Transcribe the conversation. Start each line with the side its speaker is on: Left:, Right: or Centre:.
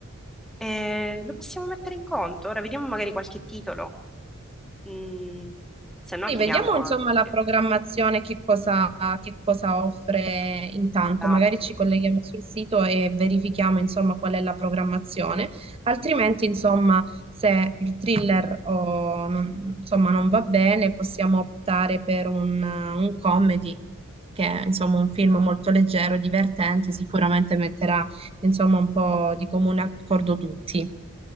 Centre: Eh, lo possiamo mettere in conto? Ora vediamo magari qualche titolo. Mm, se no
Right: Sì,
Centre: chiediamo
Right: vediamo insomma
Centre: anche.
Right: la programmazione, che cosa, che cosa offre intanto.
Centre: Esatto.
Right: Magari ci colleghiamo sul sito e verifichiamo insomma qual è la programmazione. Altrimenti, insomma, se il thriller o, non- insomma, non va bene, possiamo optare per un, un comedy, che è insomma un film molto leggero, divertente, sicuramente metterà insomma un po' di comune accordo tutti.